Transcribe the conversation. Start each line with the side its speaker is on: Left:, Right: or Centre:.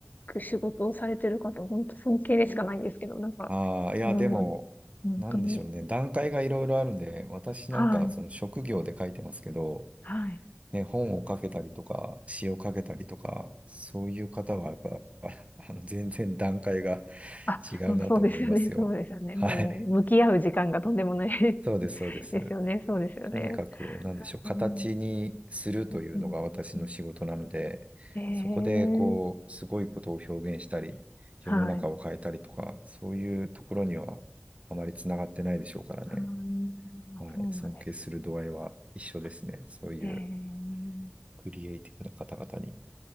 Left: く仕事をされてる方、本当尊敬でしかないんですけど、なんか、
Right: ああ、いや、
Left: もう、
Right: でも、
Left: 本当に、
Right: なんでしょうね。段階がいろいろあるんで、私なんか、
Left: はい、
Right: その職業で書いてますけど、
Left: はい。
Right: ね、本を書けたりとか、詩を書けたりとか、そういう方は、やっぱ、<laughs> あの、全然段階が
Left: あ、
Right: 違うなと思いますよ。
Left: うんそうですよね、そうですよね。
Right: はい。
Left: もう、向き合う時間がとんでもない <laughs>
Right: そうです、そうです。
Left: ですよね、そうですよね。
Right: とにかく、なんでしょう、形にするというのが私の仕事なので、
Left: うん、うん、うん、うんうんえー
Right: そこで、こう、すごいことを表現したり、世の中を変えたりとか、
Left: はい。
Right: そういうところにはあまりつながってないでしょうからね。
Left: あー
Right: はい、
Left: そうなんで
Right: 尊敬する度合いは一緒ですね。そういう
Left: すね。
Right: クリエイティブな方々に。
Left: えー、